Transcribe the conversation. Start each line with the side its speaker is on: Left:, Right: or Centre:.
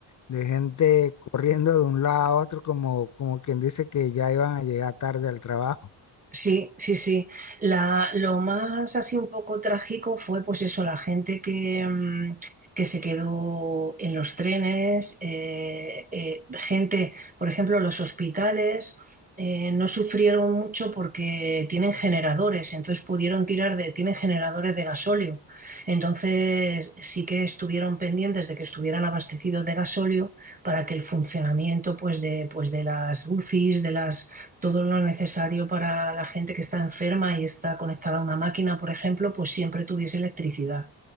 Left: de gente corriendo de un lado a otro como, como quien dice que ya iban a llegar tarde al trabajo.
Right: Sí, sí, sí. La, lo más así un poco trágico fue pues eso, la gente que, mm, que se quedó en los trenes, eh, eh, gente, por ejemplo, los hospitales eh, no sufrieron mucho porque tienen generadores, entonces pudieron tirar de, tienen generadores de gasóleo. Entonces sí que estuvieron pendientes de que estuvieran abastecidos de gasóleo para que el funcionamiento pues de, pues de las UCIs, de las todo lo necesario para la gente que está enferma y está conectada a una máquina, por ejemplo, pues siempre tuviese electricidad.